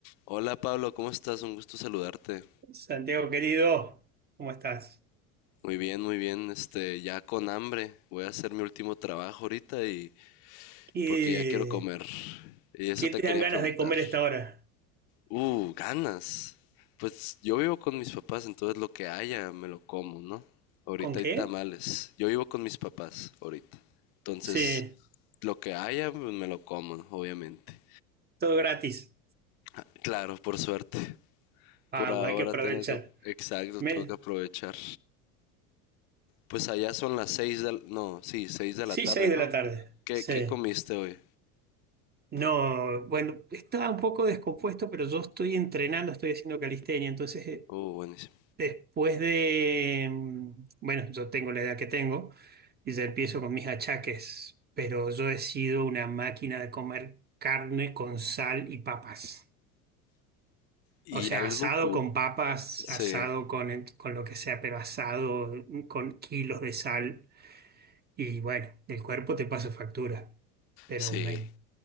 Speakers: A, on the left; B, on the right.
A: Hola Pablo, ¿cómo estás? Un gusto saludarte.
B: Santiago querido, ¿cómo estás?
A: Muy bien, muy bien. Este, ya con hambre. Voy a hacer mi último trabajo ahorita y
B: ¿Qué,
A: porque ya quiero comer. Y eso
B: qué
A: te
B: te
A: quería
B: dan ganas
A: preguntar.
B: de comer a esta hora?
A: Uh, ganas. Pues yo vivo con mis papás, entonces lo que haya me lo como, ¿no? Ahorita
B: ¿Con qué?
A: hay tamales. Yo vivo con mis papás ahorita. Entonces,
B: Sí,
A: lo que haya pues, me lo como, obviamente.
B: todo gratis.
A: Ah, Claro, por suerte.
B: Vamos,
A: Por ahora
B: hay que aprovechar.
A: tengo que... Exacto,
B: Me-
A: tengo que aprovechar. Pues allá son las seis de, no, sí, seis de la
B: Sí,
A: tarde,
B: seis de
A: ¿no?
B: la tarde.
A: ¿Qué,
B: Sí.
A: qué comiste hoy?
B: No, bueno, estaba un poco descompuesto, pero yo estoy entrenando, estoy haciendo calistenia, entonces eh,
A: Oh, buenísimo.
B: después de, mm, bueno, yo tengo la edad que tengo y ya empiezo con mis achaques, pero yo he sido una máquina de comer carne con sal y papas.
A: Y
B: O sea,
A: algo
B: asado
A: cool.
B: con papas,
A: Sí,
B: asado con, con lo que sea, pero asado con kilos de sal. Y bueno, el cuerpo te pasa factura, pero
A: sí,
B: me,